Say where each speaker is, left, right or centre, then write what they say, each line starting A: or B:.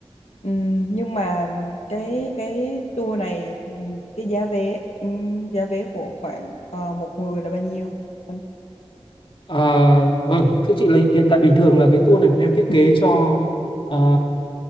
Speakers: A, on the left (about 75°); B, on the left (about 50°).
A: Ừm, nhưng mà cái cái tour này ừm, cái giá vé ừm, giá vé của khoảng ờ, một người là bao nhiêu anh?
B: À, vâng, thưa chị là hiện hiện tại bình thường là cái tour này bọn em thiết kế cho à,